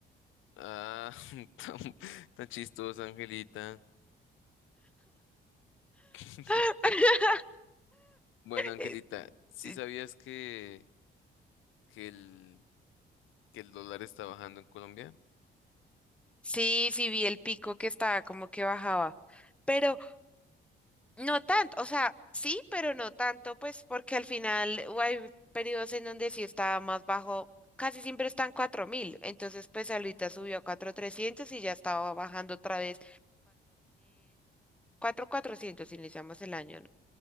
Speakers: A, on the left (about 80°); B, in the centre.
A: Ah, <laughs> tan, tan chistosa, Angelita. <laughs>
B: <laughs>
A: Bueno, Angelita,
B: Eh,
A: ¿sí
B: eh,
A: sabías que, que el, que el dólar está bajando en Colombia?
B: Sí, sí vi el pico que estaba como que bajaba. Pero No tanto, o sea, sí, pero no tanto, pues porque al final u- hay periodos en donde sí estaba más bajo, casi siempre están 4.000, entonces pues ahorita subió a 4.300 y ya estaba bajando otra vez 4.200, cuatrocientos iniciamos el año,